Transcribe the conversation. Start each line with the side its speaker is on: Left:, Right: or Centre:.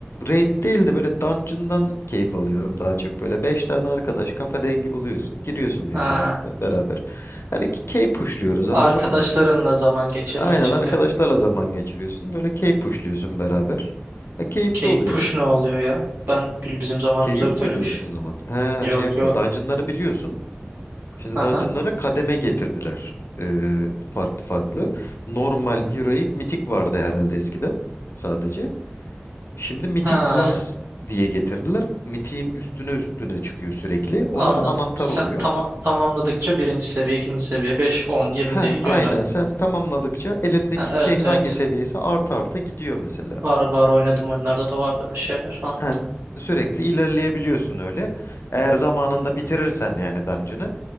Left: raid değil de böyle dungeon'dan keyif alıyorum daha çok. Böyle 5 tane arkadaş kafa dengi buluyorsun. Giriyorsun birbirine
Right: Ha,
Left: beraber. Hani key pushluyoruz anladın
Right: arkadaşlarınla
Left: mı?
Right: zaman geçirmek
Left: Aynen
Right: için
Left: arkadaşlarla
Right: yani.
Left: zaman geçiriyorsun. Böyle key pushluyorsun beraber. E, keyifli
Right: Key
Left: oluyor.
Right: push ne oluyor ya? Ben bil bizim zamanımız
Left: Cave yok
Right: yoktu
Left: muydu
Right: öyle bir
Left: o
Right: şey.
Left: zaman? He şey
Right: Yok
Left: vardı.
Right: yok.
Left: Dungeon'ları biliyorsun.
Right: <laughs>
Left: Şimdi Dungeon'lara kademe getirdiler. Ee, farklı farklı. Normal, Heroic, Mythic vardı herhalde eskiden sadece. Şimdi Mythic
Right: Ha,
Left: Plus diye getirdiler. Mythic'in üstüne üstüne çıkıyor sürekli. Ona
Right: anladım.
Left: da anahtar
Right: Sen
Left: oluyor.
Right: tamam tamamladıkça birinci seviye, ikinci seviye, 5 10 20
Left: He
Right: diye gidiyor
Left: aynen
Right: herhalde.
Left: sen tamamladıkça elindeki
Right: Ha, evet
Left: key hangi
Right: evet.
Left: seviyesi artı arta gidiyor mesela.
Right: Var var oynadım oyunlarda da vardı öyle şeyler. Anladım.
Left: Yani sürekli ilerleyebiliyorsun öyle. Eğer zamanında bitirirsen yani dungeon'ı